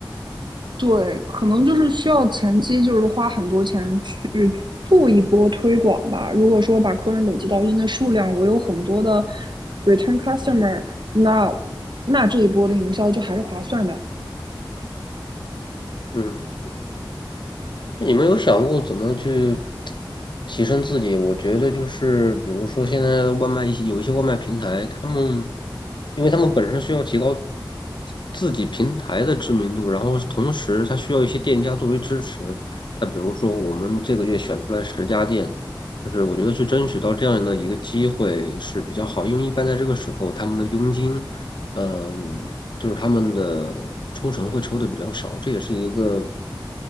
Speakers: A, on the right; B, on the left.
A: 对，可能就是需要前期就是花很多钱去做一波推广吧。如果说把客人累积到一定的数量，我有很多的 return customer，那那这一波的营销就还是划算的。
B: 嗯。你们有想过怎么去提升自己？我觉得就是，比如说现在的外卖一些有一些外卖平台，他们因为他们本身需要提高自己平台的知名度，然后同时它需要一些店家作为支持。那比如说我们这个月选出来十家店，就是我觉得去争取到这样的一个机会是比较好，因为一般在这个时候他们的佣金，嗯、就是他们的抽成会抽的比较少，这也是一个。